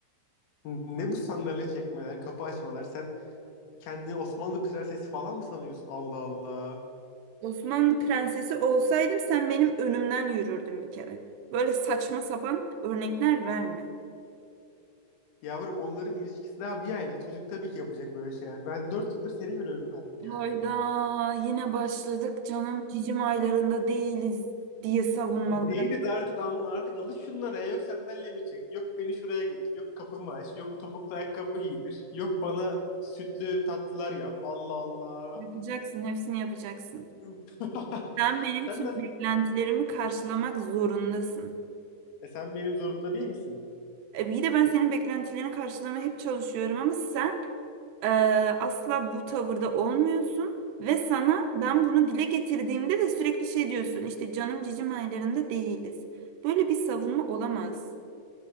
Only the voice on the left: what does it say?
Ne bu sandalye çekmeler, kapı açmalar? Sen kendini Osmanlı prensesi falan mı sanıyorsun? Allah Allah.
Yavrum onların ilişkisi daha bir aylık. Çocuk tabii ki yapacak böyle şeyler. Ben dört yıldır seni görüyorum her gün yani.
<clears throat> Değiliz artık anla artık alış şunlara ya. yok sandalyemi çek yok beni şuraya götür yok kapımı aç yok topuklu ayakkabımı giydir yok bana sütlü tatlılar yap Allah Allah
<laughs>
sen
de
e, sen benim zorunda değil misin?